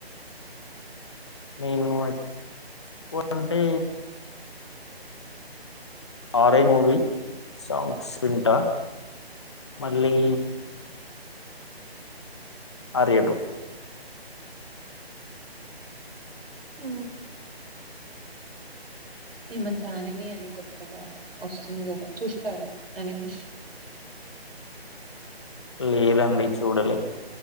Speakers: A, on the left (about 25°); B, on the right (about 60°).
A: నేను ఎక్కువ అంటే ఆరంజ్ మూవి సాంగ్స్ వింటా మళ్ళీ ఆర్య ట్వ
B: ఆ ఈ మధ్య ఆనిమీ అని కొత్తగా వస్తుంది కదా చూస్తారు అనిమీస్
A: లేదండి చూడలే